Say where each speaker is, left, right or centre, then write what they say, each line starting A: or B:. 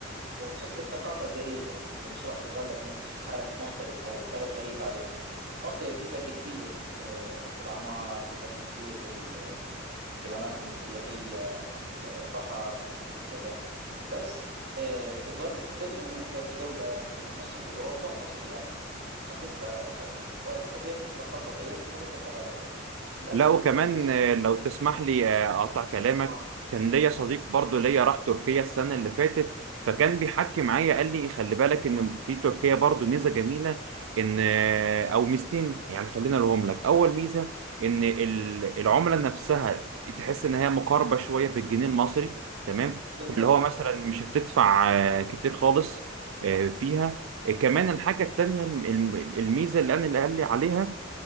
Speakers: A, on the right; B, on the right.
A: وتحس الثقافة قريبة يعني أنت مش راح تتغلب إنك تحس حالك مغترب أو بلد غريب عليك أوكي في فرق كبير آه، بالأعمار في فرق كبير في ال- في الأماكن السياحية في البحر في ال- كذا بس آه، بتظل ستيل إنه أنت في دولة آه، نصها في أوروبا ونصها في آسيا عرفت ف- ف- فطبيعة الثقافة غير طبيعة الحضارة غير الأكل
B: لا وكمان
A: كويس
B: آه، لو تسمح لي آه، اقطع كلامك
A: اه
B: كان ليا صديق برضو ليا راح تركيا السنه اللي فاتت فكان بيحكي معايا قال لي خلي بالك ان في تركيا برضو ميزه جميله ان آه، او ميزتين يعني خلينا لهم لك اول ميزه ان ال- العمله نفسها تحس ان هي مقاربه شويه بالجنيه المصري تمام
A: بالضبط
B: فاللي هو مثلا مش هتدفع آه، كتير خالص آه، فيها آه، كمان الحاجه التانيه الم- الم- الميزه اللي انا اللي قال لي عليها